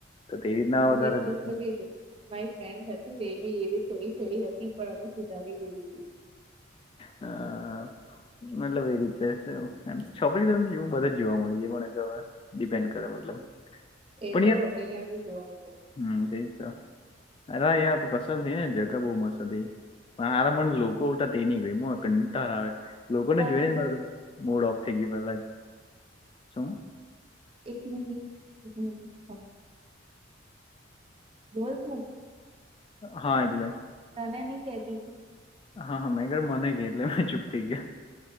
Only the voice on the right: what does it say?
હા
એટલે
જ તો કીધું મારી ફ્રેન્ડ હતી. રે બી એવી થોડી થોડી હતી પણ અમે સુધારી ગીધી હતી.
એ
તો
અહિયાં ભી જોવા જએ.
ગઈ
એક મન સ બોલ તુ.
તમે નહી કતી હતી.